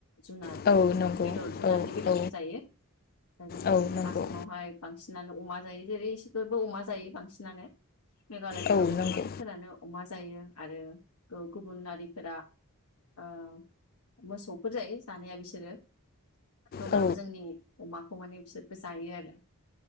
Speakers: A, on the left; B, on the left.
A: जुनार
B: औ नंगौ
A: बेदर जुनारनि
B: औ
A: बेदरखौ
B: औ
A: जायो दा जोंनि
B: औ नंगौ
A: आसामावहाय बांसिनानो अमा। दायो जेरै इसेफोरबो अमा जायो बांसिनानो। मेघालयफोरावबो
B: औ नंगौ
A: गोबांफोरानो अमा जायो। आरो गौ गुबुन हारिफोरा ओ मोसौफोर जायो जानाया बिसोरो। थेवब्लाबो
B: औ
A: जोंनि अमाखौ माने बिसोर जायो आरो।